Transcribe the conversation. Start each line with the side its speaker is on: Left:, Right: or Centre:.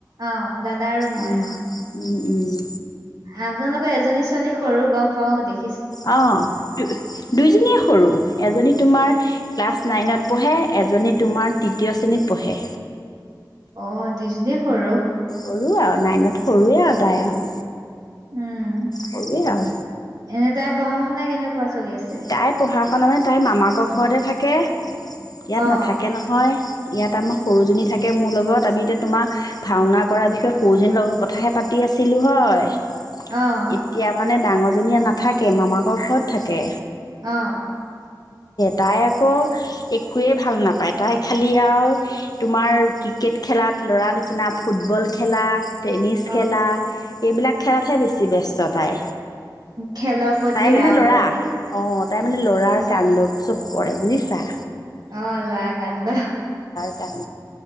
Right: অ দাদা আৰু মইয়া
Left: উম, উম উম
Right: আপোনালোকৰ এজনী ছোৱালী সৰু গম পাও দেখি
Left: অ। দুইোজনীয়ে সৰু এজনী তোমাৰ ক্লাছ নাইনত পঢ়ে এজনী তোমাৰ তৃতীয় শ্ৰেণীত পঢ়ে
Right: অ দিজনে সৰু
Left: সৰু আৰু নাইনত সৰুৱে আৰু তাই আৰু।
Right: উম
Left: সৰুৱে আৰু
Right: এনে তাই পঢ়া শুনা কেনেকুৱা চলি আছে?
Left: তাই পঢ়া তণ মানে তাইৰ মামাকৰ ঘৰতে থাকে ইয়াত
Right: অ
Left: নাথাকে নহয় ইয়াত আমাৰ সৰুজনী থাকে মোৰ লগত আমি এতিয়া তোমাৰ ভাওনা কৰাৰ বিষয়ে সৰুজনীৰ লগত কথাহে পাতি আছিলোঁ হয়।
Right: আহ।
Left: এতিয়া মানে ডাঙৰজনীয়ে নাথাকে মামাকৰ ঘৰত থাকে।
Right: আহ।
Left: তাই আকৌ একোৱেই ভাল নাপায় তাই খালী আৰু তোমাৰ ক্ৰিকেট খেলাত ল'ৰা নিচিনা ফুটবল খেলা টেনিছ খেলা
Right: অ
Left: এইবিলাক আ খৰাতহে বেছি ব্যস্ত তাই,
Right: খেলৰ প্ৰতি
Left: তাই মানে
Right: ৰাব
Left: লৰা। অঁ তাই মানে ল'ৰাৰ কাণ্ডকোসৱ কৰে বুজিছা।
Right: অল কন্দ
Left: ান